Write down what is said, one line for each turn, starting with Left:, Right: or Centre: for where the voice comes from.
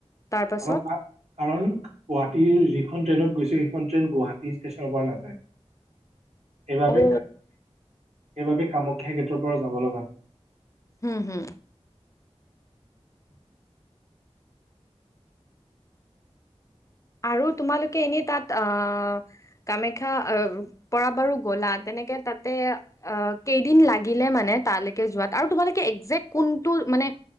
Left: তাৰপাছত
Right: কাৰণ তাত কাৰণ গুৱাহাটীৰ যিখন ট্ৰেইনত গৈছে সেইখন ট্ৰেইন গুৱাহাটী ষ্টেচনৰ পৰা নাযায় সেইবাবে
Left: অ
Right: সেইবাবে কামাখ্যা গেটৰ পৰা যাব লগা
Left: হু হু আৰু তোমালোকে এনে তাত আহ কামাখ্যা পৰা বাৰু গ'লা তেনেকে তাতে অ কেইদিন লাগিলে মানে তালৈকে যোৱাত আৰু তোমালোকে একজেক্ কোনটো মানে